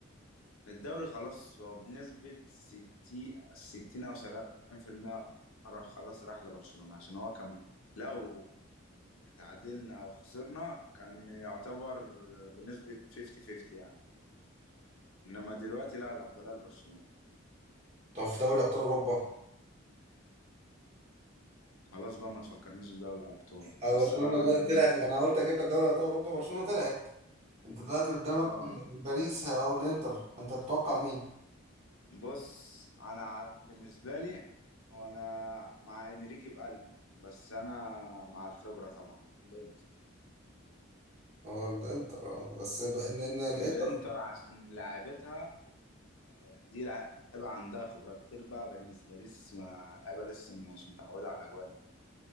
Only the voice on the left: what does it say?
الدوري خلاص هو بنسبه 60 60 او 70% راح خلاص راح لبرشلونه عشان هو كان لو تعادلنا او خسرنا كان يعتبر بنسبة 50 50 يعني انما دلوقتي لا الافضلية لبرشلونة
خلاص بقى ما تفكرنيش بدوري الابطال
بس
انا
بقى
اه
بص انا ع- بالنسبة لي وانا مع انريكي بقلبي بس انا مع الخبرة طبعا الانتر
الانتر عشان لعيبتها دي لعيبة عندها خبرات غير بقى باريس باريس ما- لعيبة لسه مش متعودة على الاجواء دي